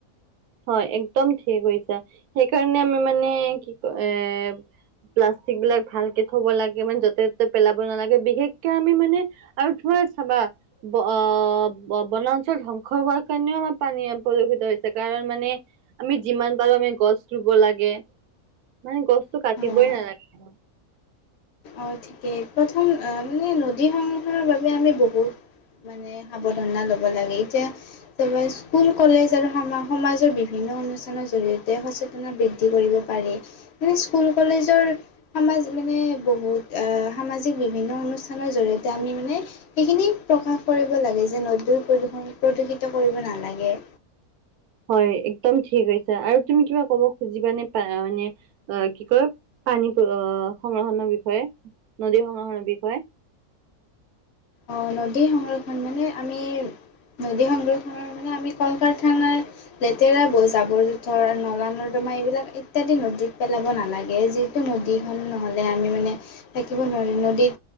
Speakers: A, on the right; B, on the left.
A: হয়, একদম ঠিকে কৈছা, সেইকাৰণে আমি মানে কি কয় এ প্লাষ্টিকবিলাক ভালকে থব লাগে মানে য'তে ত'তে পেলাব নালাগে। বিশেষকে আমি মানে আৰু ধোৱা চাবা ব-ব-বনাঞ্চল ধ্বংস হোৱাৰ কাৰণেও আমাৰ পানী প্ৰদূষিত হৈছে৷ কাৰণ মানে আমি যিমান পাৰো আমি গছ ৰুব লাগে। মানে গছটো
B: অ',
A: কাটিবই নালাগে।
B: অ', ঠিকে প্ৰথম মানে নদী সংৰক্ষণ বাবে আমি বহুত মানে সাৱধানতা ল'ব লাগে এতিয়া স্কুল কলেজ আৰু সমাজৰ বিভিন্ন অনুষ্ঠানৰ জৰিয়তে সচেতন বৃদ্ধি কৰিব পাৰি। মানে স্কুল কলেজৰ সমাজ মানে বহুত এ সামাজিক বিভিন্ন অনুষ্ঠানৰ জৰিয়তে আমি মানে সেইখিনি প্ৰকাশ কৰিব লাগে যে নদীৰ প্ৰদূষণ প্ৰদূষিত কৰিব নালাগে।
A: হয়, একদম ঠিক কৈছা আৰু তুমি কিবা ক'ব খুজিবা নে পা মানে অ', কি কয় পানী সংৰক্ষণৰ বিষয়ে নদী সংৰক্ষণৰ বিষয়ে?
B: অ', নদী সংৰক্ষণ মানে আমি নদী সংৰক্ষণৰ মানে আমি কল কাৰখানাৰ লেতেৰা বৈ জাবৰ জোথৰ নলা নৰ্দমা এইবিলাক ইত্যাদি নদীত পেলাব নালাগে। যি নদীখন নহ'লে আমি মানে থাকিব নোৱাৰি ন।